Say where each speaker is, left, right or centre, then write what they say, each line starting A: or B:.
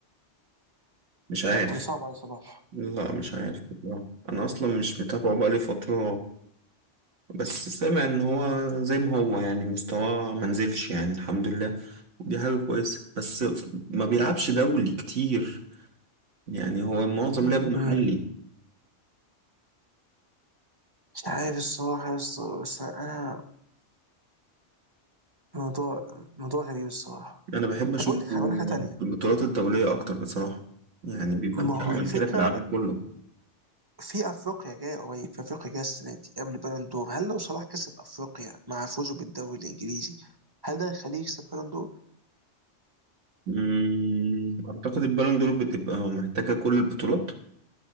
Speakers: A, on the right (about 85°); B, on the right (about 25°).
A: مش عارف
B: ولا صعب على صلاح؟
A: لا مش عارف بصراحة. انا اصلا مش متابعه بقالي فتره بس سامع ان هو زي ما هو يعني مستواه ما نزلش يعني الحمد لله ودي حاجه كويسه بس ما بيلعبش دولي كتير يعني هو معظم
B: مم.
A: لعبه محلي
B: مش عارف الصراحه يا اسطى بس انا موضوع موضوع غريب الصراحه
A: انا بحب اشوفه
B: طب اقول لك هقول لك حاجه تانيه
A: في البطولات الدوليه اكتر بصراحه يعني بيبقى
B: ما
A: مكمل
B: هو الفكره
A: كده في العالم كله
B: في افريقيا جايه قريب في افريقيا جايه السنه دي قبل البالون دور هل لو صلاح كسب افريقيا مع فوزه بالدوري الانجليزي هل ده يخليه يكسب بالون دور؟
A: أمم، اعتقد البالون دور بتبقى محتاجه كل البطولات